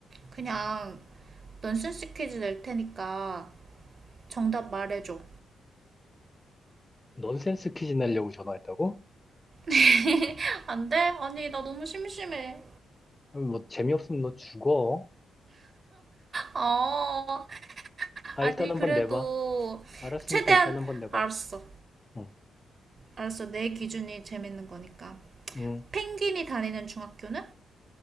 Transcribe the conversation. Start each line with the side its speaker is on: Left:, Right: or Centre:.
Right: 그냥 넌센스 퀴즈 낼 테니까 정답 말해줘.
Left: 넌센스 퀴즈 내려고 전화했다고?
Right: <laughs> 안 돼? 아니, 나 너무 심심해.
Left: 아, 뭐, 재미없으면 너 죽어.
Right: 아
Left: 아,
Right: 아니,
Left: 일단 한번
Right: 그래도
Left: 내봐. 알았으니까
Right: 최대한
Left: 일단 한번 내봐.
Right: 알았어.
Left: 응.
Right: 알았어. 내 기준이 재밌는 거니까.
Left: 응.
Right: 펭귄이 다니는 중학교는?